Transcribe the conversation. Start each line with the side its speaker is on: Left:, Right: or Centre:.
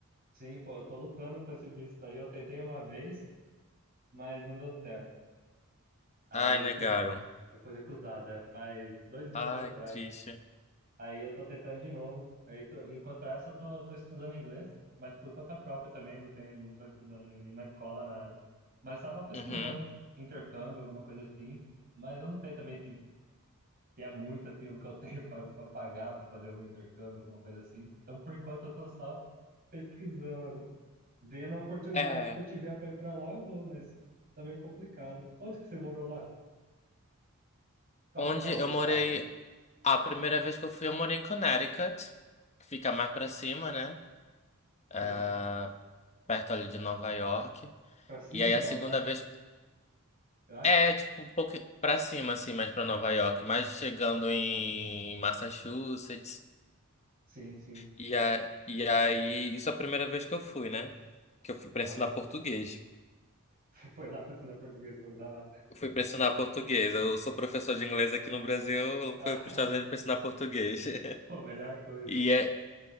Right: sim, pô, eu tô lutando pra esse visto aí. Eu tentei uma vez, mas não deu certo. Aí
Left: Ai,
Right: eu
Left: negaram.
Right: fui, eu fui recusado, é, faz dois
Left: Ai,
Right: anos atrás.
Left: que triste.
Right: Aí eu tô tentando de novo. Aí tô- enquanto essa, eu tô, tô estudando inglês, mas por conta própria também, não tem, não tô estudando em nenhuma escola, nada. Mas estava pesquisando
Left: Uhum.
Right: intercâmbio, alguma coisa assim, mas eu não sei também se, se é muito assim o que eu tenho <laughs> para pagar para fazer algum intercâmbio, alguma coisa assim. Então, por enquanto, eu tô só pesquisando, algu- vendo a oportunidade
Left: É.
Right: que eu tiver para ir para lá, eu vou, mas tá meio complicado. Onde que você morou lá? Qual,
Left: Onde
Right: qual
Left: eu
Right: estado?
Left: morei. A primeira vez que eu fui, eu morei em Connecticut, que fica mais pra cima, né?
Right: Sim,
Left: Ah, perto ali de Nova York.
Right: para cima
Left: E aí
Right: de
Left: a
Right: Nova
Left: segunda
Right: York,
Left: vez
Right: eu acho.
Left: É, tipo, um pouco pra cima, assim, mais pra Nova
Right: É,
Left: York, mas chegando em Massachusetts.
Right: sim, sim.
Left: E, a, e aí, isso é a primeira vez que eu fui, né? Que eu fui pra
Right: Aham.
Left: ensinar português.
Right: <laughs> Foi lá pra ensinar português, pô, da hora.
Left: Eu fui pra ensinar português. Eu sou professor de inglês aqui no Brasil,
Right: <laughs>
Left: fui pros Estados Unidos pra ensinar português. <laughs>
Right: Pô, melhor coisa.
Left: E, é,